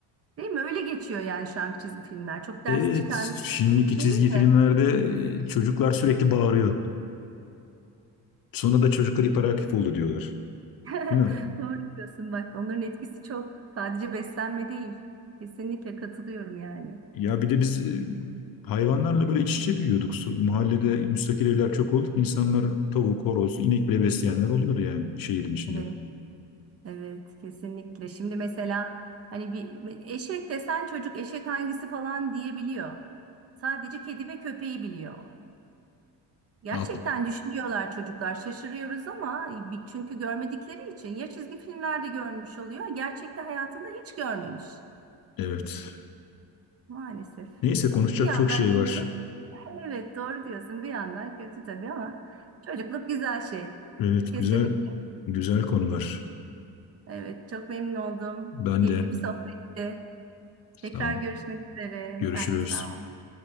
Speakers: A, on the right; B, on the left.
A: Değil mi? Öyle geçiyor yani şu anki çizgi filmler. Çok ders
B: Evet.
A: çıkarma
B: Şimdiki
A: birlik değil
B: çizgi filmlerde
A: de.
B: e, çocuklar sürekli bağırıyor. Sonra da çocuklar hiperaktif oldu diyorlar.
A: <laughs>
B: Değil mi?
A: Doğru diyorsun bak. Onların etkisi çok. Sadece beslenme değil. Kesinlikle katılıyorum yani.
B: Ya bir de biz e, hayvanlarla böyle iç içe büyüyorduk. Su- Mahallede müstakil evler çok olduk. İnsanlar tavuk, horoz, inek bile besleyenler oluyordu yani şehrin içinde.
A: Evet, evet kesinlikle. Şimdi mesela hani bir eşek desen çocuk eşek hangisi falan diyebiliyor. Sadece kedi ve köpeği biliyor. Gerçekten
B: Ak-
A: düşünüyorlar çocuklar. Şaşırıyoruz ama bir- çünkü görmedikleri için ya çizgi filmlerde görmüş oluyor, gerçekte hayatında hiç görmemiş.
B: Evet.
A: Maalesef.
B: Neyse konuşacak
A: Bir yandan
B: çok şey
A: iyi.
B: var.
A: <laughs> Evet, doğru diyorsun. Bir yandan kötü tabii ama çocukluk güzel şey.
B: Evet
A: Kesinlikle.
B: güzel güzel konular.
A: Evet, çok memnun oldum.
B: Ben
A: Keyifli
B: de
A: bir sohbetti.
B: sağ
A: Tekrar
B: ol.
A: görüşmek üzere.
B: Görüşürüz.
A: Sen de sağ ol.